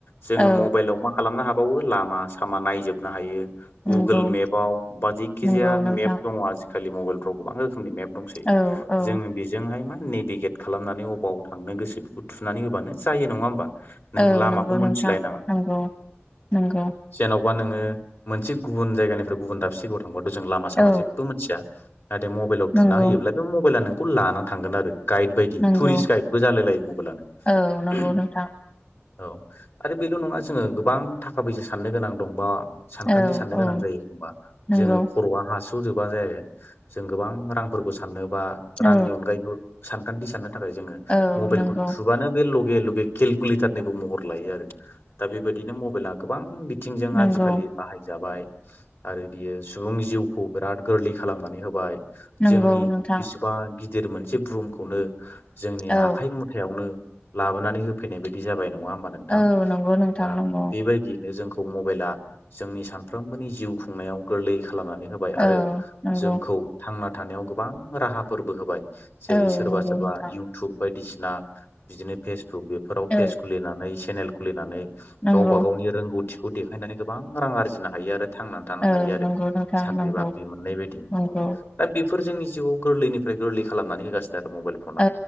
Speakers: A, on the left (about 60°); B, on the left (about 30°).
A: जोङो
B: औ
A: म मा खालामनो हाबावो लामा सामा नायजोबनो हायो। गुगोल
B: नंगौ
A: मेपाव बा जायखिजाया
B: नंगौ नोंथां
A: मेप दङ आजिखालि मबाइलफ्राव गोबां रोखोमनि मेप दंस
B: औ औ
A: जोङो बि बेजोंहाय मा नेभिगेट खालामनानै अबाव थांनो गोसो बेखौ थुनानै होबानो जायो नङा होमबा। नों
B: औ
A: लामाखौ
B: नंगौ
A: मोनथिलायनाङा
B: नोंथां नंगौ नंगौ
A: जेन'बा नोङो मोनसे गुबुन जायगानिफ्राय गुबुन दाबसे जायगायाव थांबाथ' जों लामा सामा
B: औ
A: जेबो मिथिया नाथाय मबाइलाव
B: नंगौ
A: थुना होयोब्ला नों मबाइला नोंखौ लाना थांगोन आरो गाइद बायदि
B: नंगौ
A: टुरिस्ट गाइदबो जालाय लायो मबाइलानो
B: औ नंगौ नोंथां
A: औ आरो बेल' नङा जोङो गोबां थाखा फैसा साननो गोनां दं बा सानखान्थि
B: औ
A: साननो
B: औ
A: गोनां जायो एखनबा
B: नंगौ
A: जोङो खर'आ हा स' जोबा जायो जों गोबां रांफोरखौ साननोबा
B: औ
A: रांनि अनगायैबो सानखान्थि साननो थाखाय जोङो
B: औ
A: मबाइलखौ
B: नंगौ
A: थ्रुबानो बे लगे लगे केलकुलेटारनिबो महर लायो आरो दा बेबायदिनो मबाइला गोबां बि आथिंजों
B: नंगौ
A: आजि खालि। बाहाय जाबाय आरो बियो सुबुंनि जिउखौ बिराद गोरलै खालामनानै होबाय।
B: नंगौ
A: जोंनि
B: नोंथां
A: बेसेबां गिदिर मोनसे बुहुमखौनो जोंनि
B: औ
A: आखाइ आखायावनो लाबोनानै होफैनाय बायदि जाबाय नङा होमबा नों
B: औ नंगौ नोंथां।
A: दा
B: नंगौ
A: बेबायदियैनो जोंखौ मबाइला जोंनि सानफ्रोमबोनि जिउ खुंनायाव गोरलै खालामनानै होबाय आरो
B: औ नंगौ
A: जोंखौ थांना थानायाव गोबां राहाफोरबो होबाय। जेरै
B: औ
A: सोरबा
B: नंगौ
A: सोरबा
B: नोंथां
A: इउ इउटुब बायदिसिना बिदिनो फेसबुक बेफोराव
B: औ
A: पेज खुलिनानै सेनेल खुलिनानै गावबा
B: नंगौ
A: गावनि रोंगौथिखौ देखायनानै गोबां रां आरजिनो हायो आरो। थांनानै थानो
B: औ
A: हायो आरो
B: नंगौ नोंथां
A: साख्रि
B: नंगौ
A: बाख्रि मोननाय बायदि।
B: नंगौ
A: दा बेफोर जोंनि जिउआव गोरलैनिफ्राय गोरलै खालामनानै होगासिनो आरो मबाइल नङा
B: औ